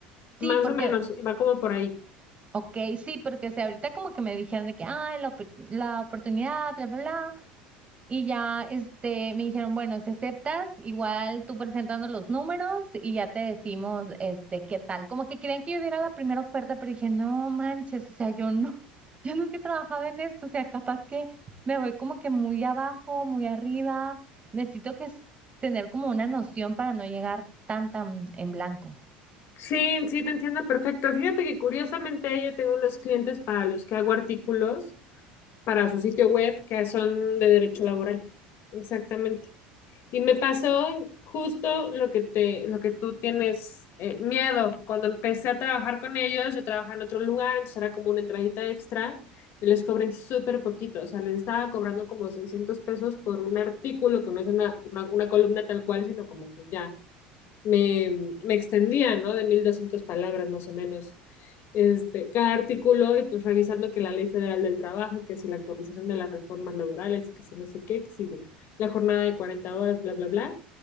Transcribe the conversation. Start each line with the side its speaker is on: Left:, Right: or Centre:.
Left: Más
Right: Sí, porque,
Left: o menos, va como por ahí.
Right: ok, sí, porque o sea, ahorita como que me dijeron de que, ay, la, opor- la oportunidad, bla, bla, bla. Y ya este, me dijeron, bueno, si aceptas, igual tú presentando los números y ya te decimos este, qué tal. Como que querían que yo diera la primera oferta, pero dije, no manches, o sea, yo no, <laughs> yo nunca he trabajado en esto, o sea, capaz que me voy como que muy abajo, muy arriba. Necesito que s- tener como una noción para no llegar tan tan en blanco.
Left: Sí, sí, te entiendo perfecto. Fíjate que curiosamente yo tengo unos clientes para los que hago artículos para su sitio web que son de derecho laboral. Exactamente. Y me pasó justo lo que te, lo que tú tienes eh, miedo. Cuando empecé a trabajar con ellos, yo trabajaba en otro lugar, entonces era como una entradita extra y les cobré súper poquito. O sea, les estaba cobrando como 600 pesos por un artículo que no es una, una una columna tal cual, sino como que ya me, me extendía, ¿no? De 1.200 palabras más o menos. Este, cada artículo y pues revisando que la Ley Federal del Trabajo, que si la actualización de las reformas laborales, que si no sé qué, que si la jornada de 40 horas, bla, bla, bla.